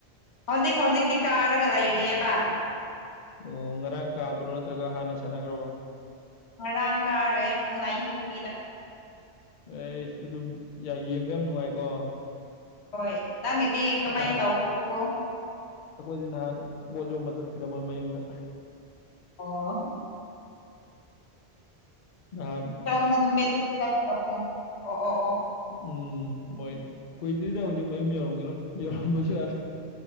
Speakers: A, on the left; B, on the left.
A: ꯍꯧꯖꯤꯛ ꯍꯧꯖꯤꯛꯇꯤ ꯀꯥꯔꯒ ꯂꯩꯔꯤꯑꯕ
B: ꯑꯣ ꯉꯔꯥꯡ ꯀꯥꯕ꯭ꯔꯣ ꯅꯠꯇ꯭ꯔꯒ ꯍꯥꯟꯅ ꯁꯥꯟꯅꯈ꯭ꯔꯕꯣ
A: ꯉꯔꯥꯡ ꯀꯥꯔꯦ ꯄꯨꯡ ꯅꯥꯏꯟ ꯊꯥꯔꯇꯤꯗ
B: ꯑꯩ ꯑꯗꯨꯝ ꯌꯥ ꯌꯦꯡꯕ ꯌꯥꯝ ꯅꯨꯡꯉꯥꯏꯀꯣ
A: ꯍꯣꯏ ꯅꯪꯒꯤꯗꯤ ꯀꯃꯥꯏꯅ
B: ꯑꯁ
A: ꯇꯧꯈꯔꯥꯕꯣ
B: ꯑꯩꯈꯣꯏꯗꯤ ꯅꯍꯥꯟ ꯄꯣꯠ ꯌꯣꯟꯕ ꯆꯠꯈ꯭ꯔꯦ ꯃꯣꯏ ꯃꯌꯨꯝꯗ
A: ꯑꯣ
B: ꯑꯍꯥꯟ
A: ꯀꯝꯕ ꯅꯨꯃꯤꯠ ꯆꯠꯈꯔ꯭ꯕꯣ ꯑꯣ ꯑꯣ ꯑꯣ
B: ꯎꯝ ꯃꯣꯏ ꯀꯨꯏꯗ꯭ꯔꯤꯗ ꯍꯧꯖꯤꯛ ꯃꯌꯨꯝ ꯌꯧꯔꯝꯈꯤꯔꯣꯏ ꯌꯧꯔꯝꯕꯁꯨ ꯌꯥꯔꯦ